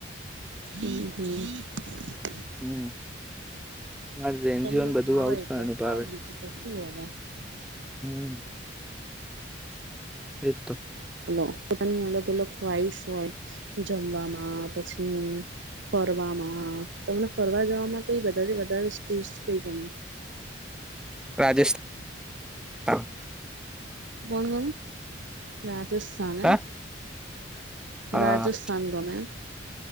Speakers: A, on the right; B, in the centre.
A: હમ્મ હમ્મ.
B: હમ મારે ઝેન્ઝીઓને
A: તમને
B: બધું
A: ભાવે
B: આવુંજ
A: એટલે
B: ખાવાનું
A: ખાઓ
B: ભાવે
A: બીજું તો શું હવે
B: હમ. એ તો
A: નો પોતાની અલગ અલગ ખ્વાઈસ હોય જમવામાં પછી ફરવામાં તમને ફરવા જવામાં કઈ વધારે વધારે સ્પેસ કઈ ગમે?
B: રાજસ્થાન.
A: કોણ ગમે રા જસ્થાન
B: હા
A: એમ.
B: હા
A: રાજસ્થાન ગમે એમ.